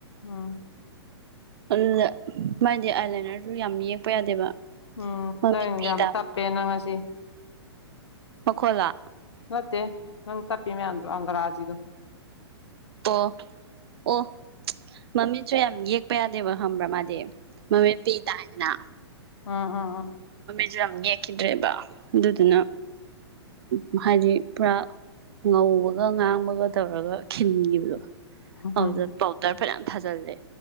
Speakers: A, on the left; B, on the right.
A: ꯎꯝ
B: ꯑꯗꯨꯗ ꯃꯥꯗꯤ ꯑꯥꯏꯂꯦꯅꯔꯁꯨ ꯌꯥꯝ ꯌꯦꯛꯄ ꯌꯥꯗꯦꯕ
A: ꯎꯝ
B: ꯃꯃꯤꯠ
A: ꯅꯣꯏ
B: ꯄꯤ
A: ꯌꯥꯝ ꯇꯞꯄꯦ ꯅꯪ ꯉꯁꯤ
B: ꯑꯣꯈꯣꯂꯥ
A: ꯃꯠꯇꯦ ꯅꯪ ꯇꯄꯤꯃꯦꯗꯨꯣ ꯍꯪ ꯔꯥꯗꯨ
B: ꯑꯣ ꯑꯣ ꯃꯃꯤꯁꯨ ꯌꯥꯝ ꯌꯦꯛꯄ ꯌꯥꯗꯦꯕ ꯍꯪꯕ꯭ꯔ ꯃꯥꯗꯤ ꯃꯃꯤꯄꯤꯤ ꯇ ꯍꯥꯏꯅ
A: ꯑꯝ ꯑꯝ ꯑꯝ
B: ꯌꯥꯝ ꯌꯦꯛꯈꯤꯗ꯭ꯔꯦꯕ ꯑꯗꯨꯗꯨꯅ ꯎ ꯍꯥꯏꯗꯤ ꯄꯨꯔꯥ ꯉꯧꯕꯒ ꯉꯥꯡꯕꯒ ꯇꯧꯔꯒ ꯈꯤꯟꯈꯤꯕꯗꯣ
A: ꯎꯝ ꯎꯝ
B: ꯑꯗꯨ ꯄꯥꯎꯇꯔ ꯐ ꯑ ꯊꯥꯖꯜꯦ